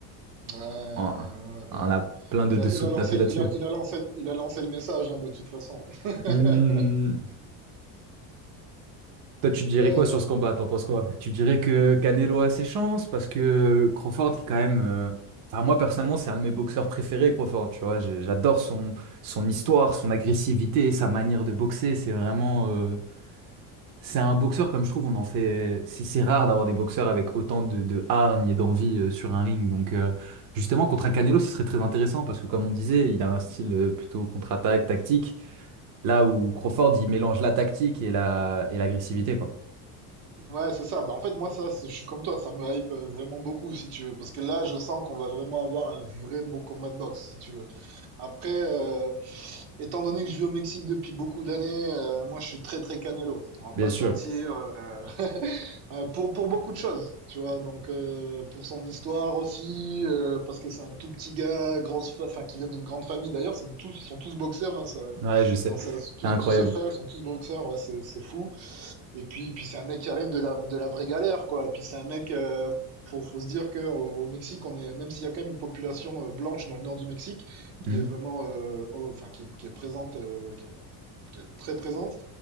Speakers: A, on the right; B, on the right.
A: Ouais, ouais,
B: On,
A: ouais, ben,
B: on a plein de
A: il
B: dessous
A: a, il a
B: de
A: lancé,
B: tapis là-dessus.
A: il a, il a lancé, il a lancé le message, hein, de toute façon. <laughs>
B: Hmm, Toi, tu dirais
A: Ouais,
B: quoi
A: non,
B: sur ce
A: non.
B: combat? T'en penses quoi? Tu dirais que Canelo a ses chances parce que Crawford, qui est quand même. euh, Enfin, moi personnellement, c'est un de mes boxeurs préférés, Crawford. Tu vois, J'ai- j'adore son, son histoire, son agressivité, sa manière de boxer. C'est vraiment. euh, C'est un boxeur, comme je trouve, on en fait. C'est c'est rare d'avoir des boxeurs avec autant de, de hargne et d'envie euh, sur un ring. Donc, euh, justement, contre un Canelo, ce serait très intéressant parce que, comme on disait, il a un style euh, plutôt contre-attaque, tactique. Là où Crawford, il mélange la tactique et la, et l'agressivité, quoi.
A: Ouais, c'est ça. Bah, en fait, moi, ça, c'est- je suis comme toi, ça me hype euh, vraiment beaucoup, si tu veux. Parce que là, je sens qu'on va vraiment avoir un vrai beau combat de boxe, si tu veux. Après, euh, étant donné que je vis au Mexique depuis beaucoup d'années, euh, moi, je suis très, très Canelo. On va pas
B: Bien sûr,
A: se mentir. euh, <laughs> euh, pour, pour beaucoup de choses, tu vois. Donc, euh, pour son histoire aussi, euh, parce que c'est un tout petit gars, grosse, fa- enfin, qui vient d'une grande famille. D'ailleurs, ils sont tous, ils sont tous boxeurs. hein, ça-
B: Ouais, je sais.
A: dans sa- tous,
B: C'est incroyable.
A: tous ses frères, ils sont tous boxeurs. Ouais, c'est c'est fou. Et puis, puis c'est un mec qui arrive de la, de la vraie galère, quoi. Et puis c'est un mec, euh, faut, faut se dire que au, au Mexique, on est, même s'il y a quand même une population euh, blanche dans le nord du Mexique, qui
B: Mhm.
A: est vraiment, euh, au- enfin, qui est, qui est présente, euh, qui est, qui est très présente.